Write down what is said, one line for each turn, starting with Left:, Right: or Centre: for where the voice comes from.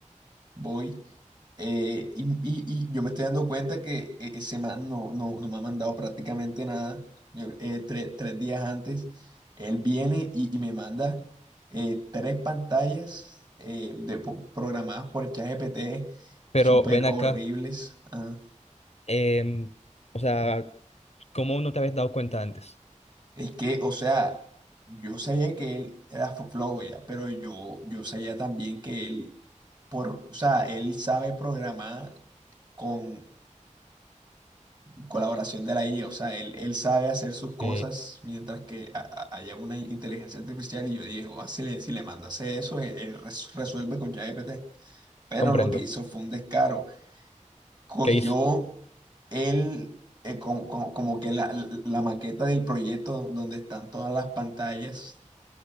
Right: voy eh, y, y- y yo me estoy dando cuenta que eh, ese man no, no, no me ha mandado prácticamente nada. Yo, eh, tre- tres días antes, él viene y, y me manda eh, tres pantallas eh, de, po- programadas por ChatGPT
Left: Pero
Right: súper
Left: ven acá,
Right: horribles. ah.
Left: em, o sea, ¿cómo no te habías dado cuenta antes?
Right: Es que, o sea, yo sabía que él era fo- flojo ya, pero yo, yo sabía también que él, por, o sea, él sabe programar. con colaboración de la IA, o sea, él, él sabe hacer sus cosas
Left: Ok,
Right: mientras que a- a- haya una inteligencia artificial y yo dije, "Oh, si le, si le mando a hacer eso, él, él res- resuelve con ChatGPT. Pero
Left: comprendo.
Right: lo que hizo fue un descaro. Cogió
Left: ¿Qué hizo?
Right: él, eh, como, como- como que la, la maqueta del proyecto donde están todas las pantallas